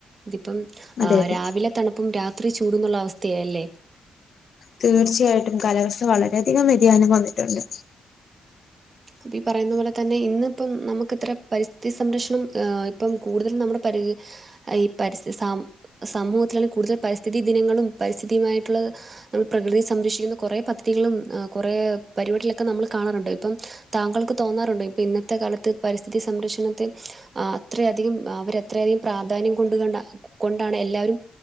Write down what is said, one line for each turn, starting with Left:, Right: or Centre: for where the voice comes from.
Right: തിപ്പം
Left: അതെ
Right: ആഹ്
Left: അതെ
Right: രാവിലെ തണുപ്പും രാത്രി ചൂടുംന്ന്ള്ള അവസ്ഥയാ അല്ലേ?
Left: തീർച്ചയായിട്ടും കാലാവസ്ഥ വളരെയധികം വ്യതിയാനം വന്നിട്ടുണ്ട്.
Right: അപ്പീ പറയുന്ന പോലെ തന്നെ ഇന്നിപ്പം നമുക്ക്ത്ര പരിസ്ഥിതി സംരക്ഷണം ഏ ഇപ്പം കൂടുതൽ നമ്മുടെ പരി അ ഈ പരിസ്ഥി സാം സമൂഹത്തിലാണ് കൂടുതൽ പരിസ്ഥിതി ദിനങ്ങളും പരിസ്ഥിതിയുമായിട്ടുള്ള നമ്മൾ പ്രകൃതിയെ സംരക്ഷിക്കുന്ന കൊറേ പദ്ധതികളും അ കൊറേ പരിപാടികളൊക്കെ നമ്മള് കാണാറുണ്ട് ഇപ്പം താങ്കൾക്ക് തോന്നാറുണ്ടൊ ഇപ്പ ഇന്നത്തെ കാലത്ത് പരിസ്ഥിതി സംരക്ഷണത്തെ ആഹ് അത്രയധികം അവര ത്രയധികം പ്രാധാന്യം കൊണ്ട് കണ്ട കൊണ്ടാണ് എല്ലാവരും